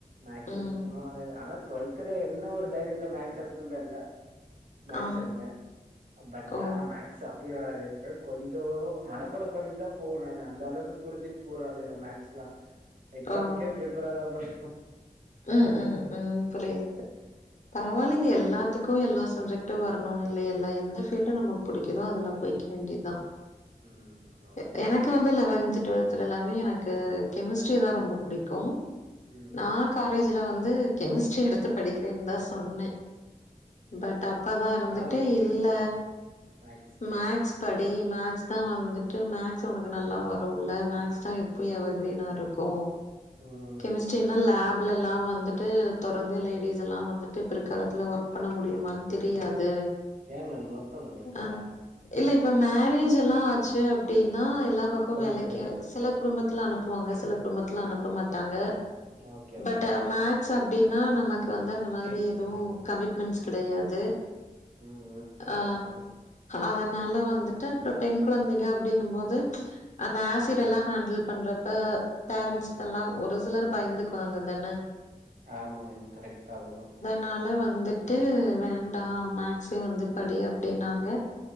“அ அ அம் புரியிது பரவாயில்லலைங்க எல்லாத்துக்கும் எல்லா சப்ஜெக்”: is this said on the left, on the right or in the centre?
Left